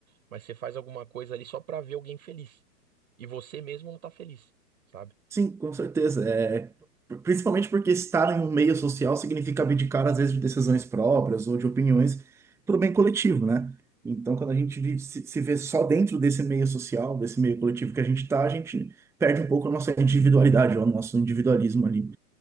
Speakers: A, on the right (about 55°); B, in the centre.
A: mas você faz alguma coisa ali só pra ver alguém feliz. E você mesmo não tá feliz, sabe?
B: Sim, com certeza. É, principalmente porque estar em um meio social significa abdicar, às vezes, de decisões próprias ou de opiniões para o bem coletivo, né? Então, quando a gente vive- se, se vê só dentro desse meio social, desse meio coletivo que a gente está, a gente perde um pouco a nossa individualidade, ou o nosso individualismo ali.